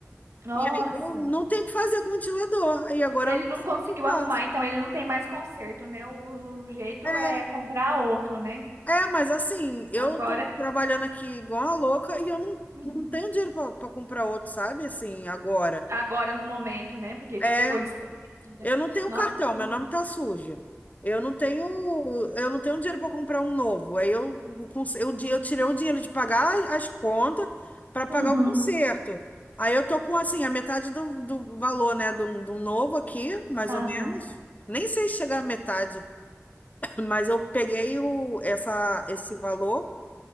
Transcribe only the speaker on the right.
Nossa.
Ele
não
conseguiu
arrumar,
então ele não tem mais conserto, né? O, o jeito
é comprar outro, né?
Agora,
uhum,
agora no momento, né? Porque
te pegou desprevenida.
Nossa,
eu tô-
Uhum,
aham,